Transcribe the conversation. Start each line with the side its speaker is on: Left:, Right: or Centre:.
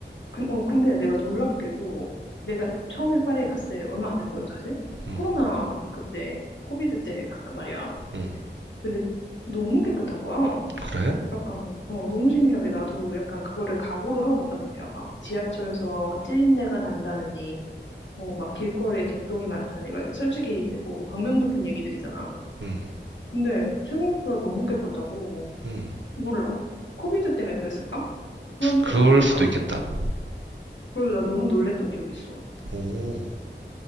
Left: 근- 어, 근데 내가 놀랍게도 내가 처음에 파리에 갔을 때 얼마 안 됐거든, 사실.
Right: 음,
Left: 코로나 그때, 코비드 때 갔단 말이야.
Right: 음,
Left: 근데 너무 깨끗한 거야.
Right: 그래?
Left: 약간, 어, 너무 신기하게 나도 약간 그거를 각오를 하고 갔단 말이야. 막 지하철에서 찌린내가 난다느니, 뭐 막 길거리에 개똥이 많다느니, 막 솔직히 뭐 악명 높은 얘기들이잖아.
Right: 음,
Left: 근데 생각보다 너무 깨끗하고,
Right: 음,
Left: 몰라. 코비드 때문에 그랬을까? 코로나
Right: 그럴
Left: 때문에 그랬을까?
Right: 수도 있겠다.
Left: 그래서 난 너무 놀랬던 기억이 있어.
Right: 오,